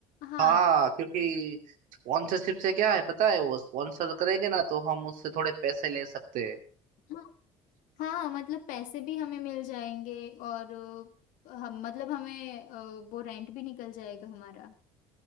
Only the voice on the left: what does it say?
हाँ
हाँ हाँ, मतलब पैसे भी हमें मिल जाएंगे और अ, हम मतलब हमें अ, वो रेंट भी निकल जाएगा हमारा